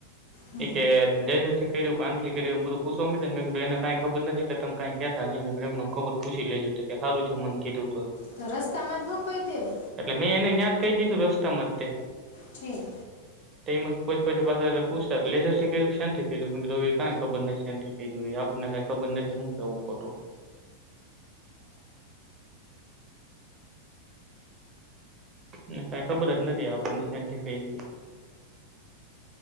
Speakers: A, on the left (about 55°); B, on the right (about 25°).
A: હામ.
B: એ કેેરથી કર્યું કાન થી કર્યું એ બધું પૂછવા મળીને્ર એને કઈ ખબર નથી ત કઈ કેતા નહીં એમ <unintelligible> ખબર પૂછી લેજ તો કે સારું જો મન કીધું તો.
A: તો રસ્તામાં જ નો કઈ દેવે.
B: એટલે મેં એને ન્યાત કહી દીધું રસ્તા માં તે.
A: છે.
B: તે મ પ પૈસા પાસસા તો પૂછ લેજસ કે ક્ષીટું દોગ કઈ ખબર નથી શ્ ને આપણને કઈ ખબર નથી શું કેવો ફોટો ને કઈ ખબર જ નથી આપણને શાંતિ કઈ